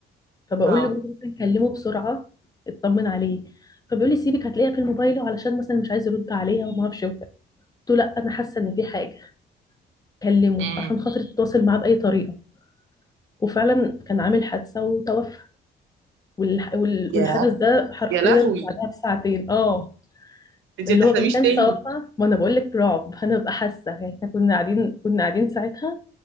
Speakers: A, on the left (about 20°); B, on the right (about 75°).
A: فبقول
B: اه
A: لجوزي مثلا كلمه بسرعه اطمن عليه فبيقول لي سيبك هتلاقيها في الموبايل علشان مثلا مش عايز يرد عليها وما اعرفش وكده قلت له لا انا حاسه ان في حاجه كلمه
B: امم
A: عشان خاطر تتواصل معاه باي طريقه وفعلا كان عامل حادثه وتوفى والح... وال-
B: يا
A: والحدث ده حرفيا
B: يا لهوي
A: بعدها بساعتين اه
B: انت
A: اللي
B: ما تحلميش
A: هو ما كانش
B: تاني
A: توفى ما انا بقول لك رعب انا ببقى حاسه يعني احنا كنا قاعدين كنا قاعدين ساعتها